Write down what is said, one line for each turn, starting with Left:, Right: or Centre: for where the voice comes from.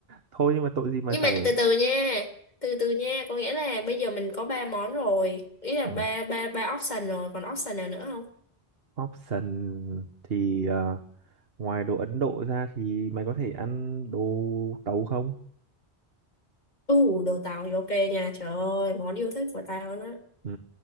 Right: thôi nhưng mà tội gì mày
Left: nhưng
Right: phải
Left: mà từ từ nha từ từ nha có nghĩa là bây giờ mình có ba món rồi ý là
Right: ừ.
Left: ba ba ba option rồi còn option nào nữa không
Right: option thì ờ, ngoài đồ Ấn Độ ra thì mày có thể ăn đồ tàu không
Left: ừ đồ tàu thì ok nha trời ơi món yêu thích của tao đó
Right: ừ.